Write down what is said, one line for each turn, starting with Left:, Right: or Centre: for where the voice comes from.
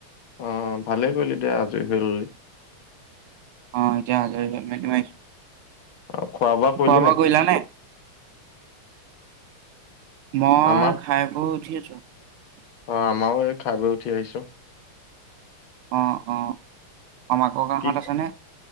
Left: অ', ভালেই কৰিলি দে। আজৰি হৈ ল'লি
Right: অ', এতিয়া আজৰি হৈ কেনে মাৰিছোঁ।
Left: অ', কৰিলি
Right: খোৱা বোৱা
Left: নাই?
Right: কৰিলা নে? মই
Left: আমাক
Right: খাই বৈ উঠি আছোঁ।
Left: অ', আমাৰো এই খাই, বৈ উঠি আহিছোঁ।
Right: অ'। অ', <unintelligible> ককাহঁত
Left: কি
Right: আছেনে?